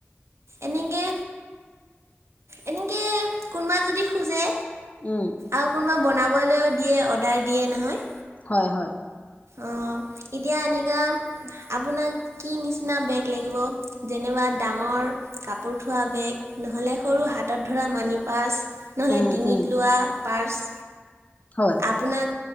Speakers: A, on the right; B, on the left.
A: এনেকে, এনেকে কোনোবা যদি খোজে।
B: উম।
A: আৰু কোনোবা বনাবলৈও দিয়ে অৰ্ডাৰ দিয়ে নহয়।
B: হয়, হয়।
A: অ', এতিয়া আনেকা আপোনাক কি নিচিনা বেগ লাগিব? যেনিবা ডাঙৰ কাপোৰ থোৱা বেগ নহ'লে সৰু হাতত ধৰা মানি পাৰ্চ, নহ'লে
B: উম
A: ডিঙিত
B: উম
A: লোৱা পাৰ্চ।
B: হয়।
A: আপোনাক,